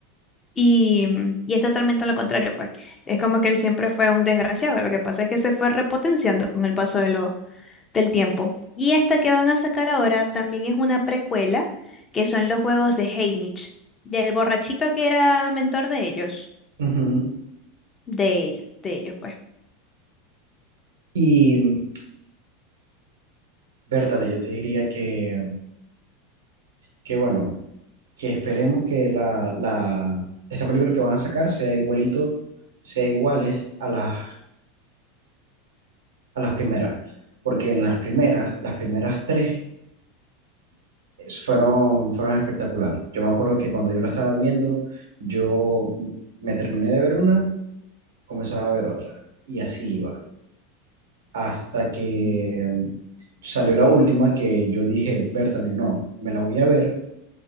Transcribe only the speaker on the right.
Ujú.
Y mm, Bertale, yo te diría que, que bueno, que esperemos que la, la, esta película que van a sacar sea igualito, sea iguales a las, a las primeras. Porque en las primeras, las primeras tres es- fueron, fueron espectacular. Yo me acuerdo que cuando yo la estaba viendo, yo mm, me terminé de ver una, comenzaba a ver otra. Y así iba. hasta que
em, salió la última que yo dije, Bertale, no, me la voy a ver